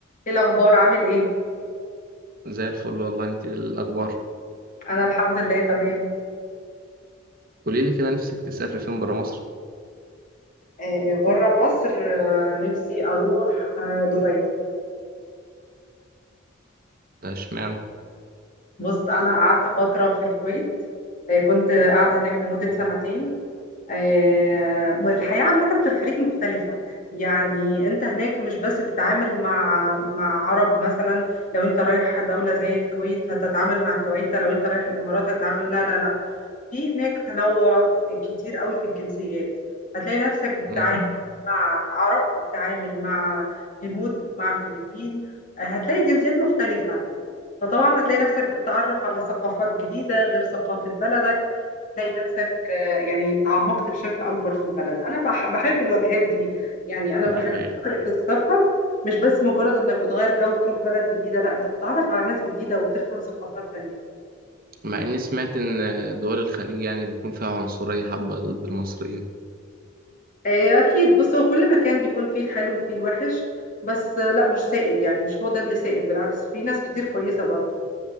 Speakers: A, on the left; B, on the right.
A: ايه الاخبار عامل ايه
B: زي الفل والله انت إيه الاخبار
A: انا الحمد لله تمام
B: قولي لي كده نفسك تسافر فين برا مصر
A: آه، بره مصر آه، نفسي اروح آه، دبي
B: ده اشمعنى
A: بص انا قعدت فتره في الكويت آه، كنت قاعده هناك لمده
B: مم.
A: سنتين آه، والحياه عامه في الخليج مختلفه يعني انت هناك مش بس بتتعامل مع مع عرب مثلا لو انت رايح دوله زي الكويت هتتعامل مع الكويت لو انت رايح الامارات هتتعامل لا لا لا في هناك تنوع كتير قوي في الجنسيات هتلاقي نفسك بتتعامل
B: امم
A: مع عرب بتتعامل مع هنود مع فلبين هتلاقي جنسيات مختلفة فطبعا هتلاقي نفسك بتتعرف على ثقافات جديدة غير ثقافة بلدك تلاقي نفسك آه، يعني تعمقت بشكل أكبر في البلد أنا بح- بحب الوجهات دي يعني أنا بحب
B: ده حقيقة
A: فكرة السفر مش بس مجرد إنك بتغير جو وتروح بلد جديدة لا أنت بتتعرف على ناس جديدة وبتفهم ثقافات تانية
B: مع اني سمعت ان دول الخليج يعني بيكون فيها عنصرية حبة ضد المصريين
A: آه، اكيد بص هو كل مكان بيكون فيه الحلو وفيه الوحش بس آه، لا مش سائد يعني مش هو ده اللي سائد بالعكس في ناس كتير كويسة برضو